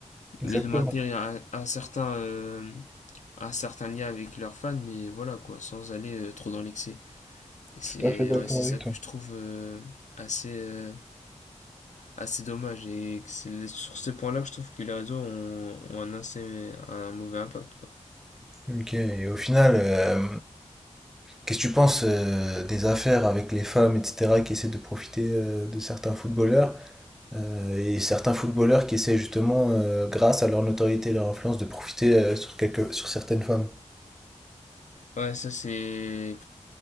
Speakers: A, on the left; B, in the centre.
A: mais
B: Exactement,
A: de maintenir un, un certain, euh, un certain lien avec leurs fans, mais voilà quoi, sans aller euh, trop dans l'excès. Et c'est
B: tout à fait d'accord
A: ouais, c'est ça
B: avec toi.
A: que je trouve euh, assez, euh, assez dommage. Et c'est sur ce point-là que je trouve que les réseaux ont, ont un, assez, un mauvais impact. Quoi.
B: Ok, et au final, euh, qu'est-ce que tu penses euh, des affaires avec les femmes, etc., qui essaient de profiter euh, de certains footballeurs, euh, et certains footballeurs qui essaient justement, euh, grâce à leur notoriété et leur influence, de profiter euh, sur quelques, sur certaines femmes?
A: Ouais, ça c'est.